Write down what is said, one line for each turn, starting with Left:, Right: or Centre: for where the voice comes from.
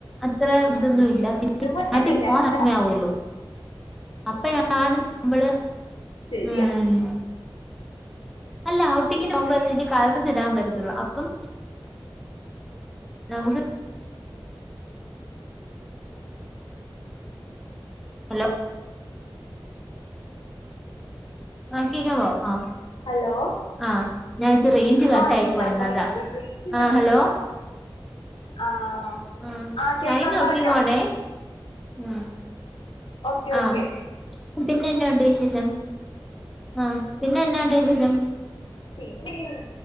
Centre: അത്രെ
Left: ഉം
Centre: ഇതൊന്നു ഇല്ല പിന്നെ
Left: ഇതുപോലെ
Centre: നാട്ടി
Left: തന്നെ
Centre: പോവാൻ
Left: ഞങ്ങടെ
Centre: സമയാവൊല്ലോ? അപ്പഴാണ് നമ്മള്
Left: ശരിയാ
Centre: ഉം അല്ല ഔട്ടിങ്ങിന് പോകുമ്പോ കരഡസിടാൻ പറ്റത്തുള്ളൂ അപ്പം നമുക്ക് ഹലോ ആ കേക്കാവോ ആഹ്
Left: ഹലോ
Centre: ആഹ് ഞാൻ ച്ച് റൈഞ്ച് കട്ടായി
Left: ആ കേക്കാം
Centre: പോയതോടാ
Left: പറയ് ഇവിടെ റേഞ്ചിന്റെ
Centre: ആ ഹലോ
Left: ആഹ്
Centre: ആ
Left: ആഹ് കേക്കാം
Centre: ടൈം നോക്കിക്കോടേ
Left: പറഞ്ഞോ
Centre: ആഹ്
Left: ഓക്കെ ഓക്കെ
Centre: ആഹ് പിന്നെ എന്നാ ഉണ്ട് വിശേഷം ആ പിന്നെ എന്നാ ഉണ്ട് വിശേഷം
Left: പിന്നെയും